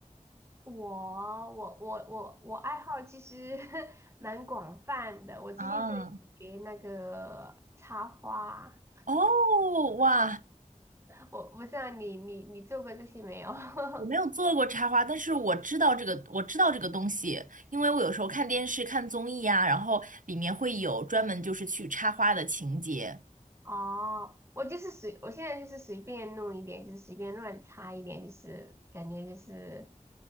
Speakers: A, on the right (about 20°); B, on the right (about 80°).
A: 我我我我我爱好其实 <laughs> 蛮广泛的，我最近在学那个插花，
B: 啊，哦，哇，
A: 我不知道你你你做过这些没有？<laughs>
B: 我没有做过插花，但是我知道这个，我知道这个东西，因为我有时候看电视、看综艺啊，然后里面会有专门就是去插花的情节。
A: 哦，我就是随，我现在就是随便弄一点，就是随便乱插一点，就是感觉就是